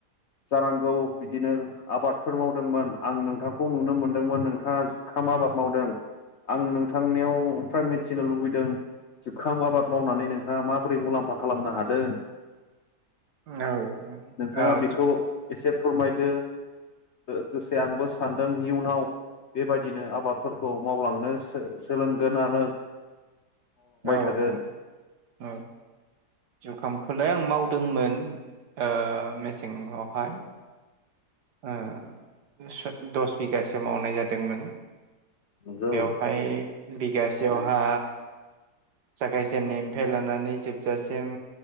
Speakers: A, on the left (about 60°); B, on the right (about 80°).
A: जानांगौ बिदिनो आबादफोर मावदोंमोन आं नोंथांखौ नुनो मोनदोंमोन नोंथाङा जुखाम आ बाद मावदों आं नोंथांनियाव फ्राय मिथिनो लुबैदों। जुखाम आबाद मावनानै नोंथाङा माबोरै मुलाम्फा खालामनो हादों? <inaudible>
B: औ
A: नोंथाङा
B: औ
A: बेखौ एसे फोरमायदो। ओ-गोसे आंबो सानदों इयुनाव बेबायदिनो आबादफोरखौ मावलांनो सो-सोलोंगोन आरो <inaudible>
B: औ
A: थागोन
B: औ औ। जुखामखौलाय आं मावदोंमोन ओ मेसेंआवहाय। ओ बेसर दस बिगासो मावनाय जादोंमोन।
A: नंगौ
B: बेवहाय बिगासेयावहा जागाय जेननायनिफ्राय लानानै जोबजासिम सिम